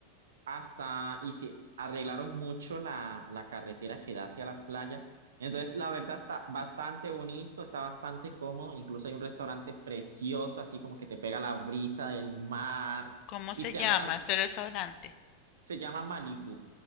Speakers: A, on the right; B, on the left.
A: hasta y si arreglaron mucho la, la carretera que da hacia la playa. Entonces, la verdad está bastante bonito, está bastante cómodo. Incluso hay un restaurante precioso, así como que te pega la brisa del mar
B: ¿Cómo
A: y
B: se
A: te
B: llama
A: dan ganas.
B: ese restaurante?
A: Se llama Malibú